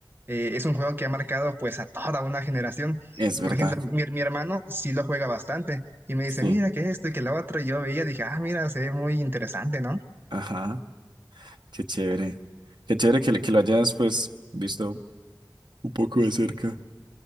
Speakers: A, on the right; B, on the right.
A: eh, es un juego que ha marcado pues a toda una generación.
B: Es verdad.
A: Por ejemplo, mi, mi hermano sí lo juega bastante y me
B: Sí.
A: dice, mira que esto y que lo otro, y yo veía, dije, ah, mira, se ve muy interesante, ¿no?
B: Ajá. Qué chévere. Qué chévere que, que lo hayas, pues, visto un poco de cerca.